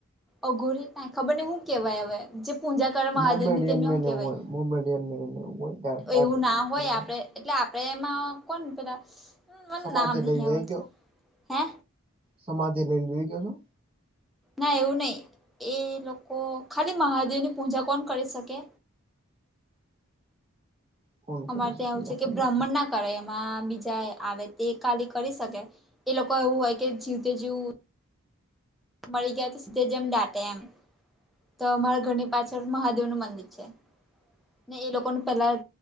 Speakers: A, in the centre; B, on the right (about 25°).
A: અઘોરી કાઈ ખબર નહીં હું કેવાય હવે. જે પૂજા કરે મહાદેવની
B: મોમેડિયનને
A: તેમને હું
B: ને
A: કેહેવાય
B: એવું હોય મોમેડિયનને ને એવું હોય દા દાટી
A: એવું
B: દે
A: ના હોય
B: સરકાર
A: આપે એટલે આપણે એમાં કોણ પેલા મને
B: સમાધિ
A: નામ નહીં
B: લઈ જઈ
A: આવડતું
B: ગયો
A: હે
B: સમાધિ લઈ લે ઈ ક્યો છો?
A: ના એવું નહીં એ લોકો ખાલી મહાદેવની પૂજા કોણ કરી શકે?
B: ફોન કરી
A: અમારે
B: શકી
A: ત્યાં આવું છે
B: આપણને
A: કે બ્રાહ્મણના કરે એમાં બીજા આવે તે ખાલી કરી શકે એ લોકો એવું હોય કે જીવતે જીવ મળી ગયા તો સીધે જ એમ ડાટે એમ. તો અમારા ઘરની પાછળ મહાદેવનું મંદિર છે.
B: <unintelligible>
A: ને એ લોકોનું પહેલાં